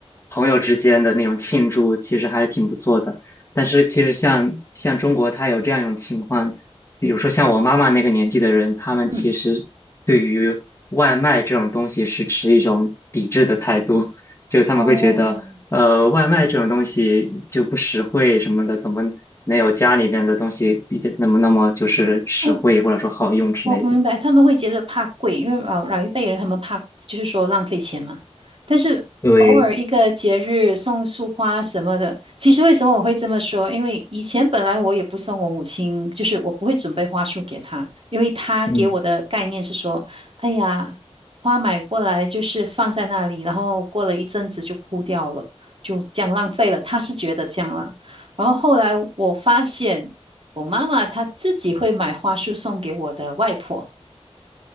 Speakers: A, on the left; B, on the right.
A: 朋友之间的那种庆祝，其实还是挺不错的。但是其实像像中国，他有这样一种情况，比如说像我妈妈那个年纪的人，他们其实对于外卖这种东西是持一种抵制的态度，
B: 嗯，
A: 就是他们会觉得，
B: 哦，
A: 呃，外卖这种东西就不实惠什么的，怎么能有家里边的东西比较那么那么就是实惠或者说好用之类的。
B: 呃，我我明白，他们会觉得怕贵，因为老老一辈人他们怕就是说浪费钱嘛。但是偶尔一个节日送束花什么的，
A: 对，
B: 其实为什么我会这么说？因为以前本来我也不送我母亲，就是我不会准备花束给她，因为她给我的概念是说，
A: 嗯，
B: 哎呀，花买过来就是放在那里，然后过了一阵子就枯掉了，就这样浪费了。她是觉得这样啦。然后后来我发现，我妈妈她自己会买花束送给我的外婆。